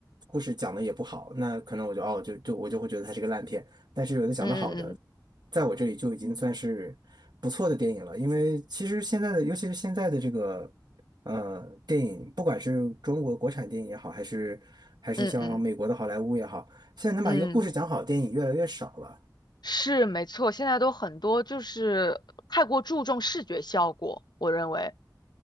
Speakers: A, on the right; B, on the left.
A: 故事讲的也不好，那可能我就哦就就我就会觉得它是个烂片。但是有的讲的好的，
B: 嗯
A: 在我这里就已经算是不错的电影了。因为其实现在的，尤其是现在的这个呃电影，不管是中国国产电影也好，还是还是像美国的好莱坞也好。
B: 嗯嗯嗯
A: 现在能把一个故事讲好的电影越来越少了。
B: 嗯，是没错，现在都很多就是太过注重视觉效果，我认为。